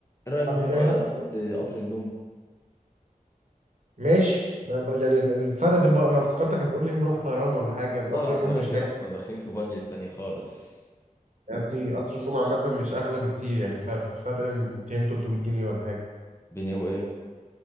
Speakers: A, on the left; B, on the right.
A: ايه رايك ناخد
B: يعني
A: آه، ناخد آه، قطر النوم
B: ماشي ما- ب- يعني ال- الفرق في الب... انا افتكرتك هتقول لي نروح طيران ولا حاجه القطر
A: لا لا
B: النوم
A: طيران
B: مش
A: كده
B: غالي
A: احنا داخلين في بادجت تانية خالص
B: يا ابني قطر النوم عامه مش اغلى بكتير يعني ف- ف- فرق 200 300 جنيه ولا حاجه
A: بيني وايه